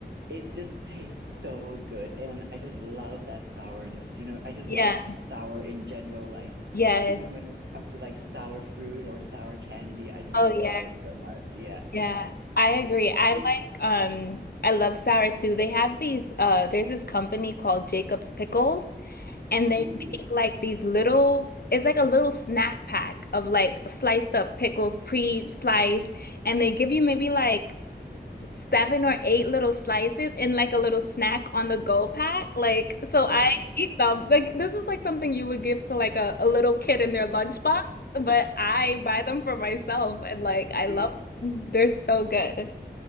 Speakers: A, on the right; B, on the left.
A: it just tastes so good. And I just love that sourness. You know, I just
B: yeah,
A: love sour in general, like
B: yes.
A: even when it comes to like sour fruit or sour candy, I just
B: Oh
A: love
B: yeah,
A: it so much. Yeah.
B: yeah. I agree. I
A: I mean,
B: like um I love sour too. They have these uh there's this company called Jacob's Pickles and
A: oh,
B: they make like these little it's like a little snack pack of like sliced up pickles pre-sliced and they give you maybe like seven or eight little slices in like a little snack on the go pack. Like, so
A: yeah,
B: I eat them. Like, this is like something you would give to like a, a little kid in their lunchbox, but I buy them for myself and like I
A: yeah.
B: love them. They're so good.